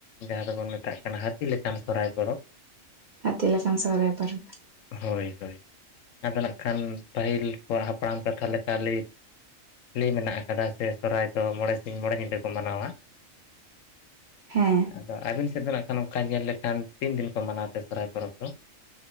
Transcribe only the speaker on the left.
ᱡᱟᱦᱟᱸ ᱫᱚᱵᱚᱱ ᱢᱮᱛᱟᱜ ᱠᱟᱱᱟ ᱦᱟᱹᱛᱤ ᱞᱮᱠᱟᱱ ᱥᱚᱨᱦᱟᱭ ᱯᱚᱨᱚᱵᱽ ᱾
ᱦᱳᱭ ᱦᱳᱭ ᱟᱫᱚ ᱱᱟᱜ ᱠᱷᱟᱱ ᱯᱟᱹᱦᱤᱞ ᱠᱚᱣᱟᱜ ᱦᱟᱯᱲᱟᱢ ᱠᱟᱛᱷᱟ ᱞᱮᱠᱟ ᱞᱟᱹᱭ ᱞᱟᱹᱭ ᱢᱮᱱᱟᱜ ᱟᱠᱟᱫᱟ ᱥᱮ ᱥᱚᱨᱦᱟᱭ ᱫᱚ ᱢᱚᱬᱮ ᱥᱤᱧ ᱢᱚᱬᱮ ᱧᱤᱫᱟᱹ ᱠᱚ ᱢᱟᱱᱟᱣᱟ ᱾
ᱟᱫᱚ ᱟᱹᱵᱤᱱ ᱥᱮᱫ ᱫᱚ ᱱᱟᱜ ᱠᱷᱟᱱ ᱚᱱᱠᱟ ᱧᱮᱞ ᱞᱮᱠᱷᱟᱱ ᱛᱤᱱ ᱫᱤᱱ ᱠᱚ ᱢᱟᱱᱟᱣ ᱛᱮ ᱥᱚᱨᱦᱟᱭ ᱯᱚᱨᱚᱵᱽ ᱫᱚ?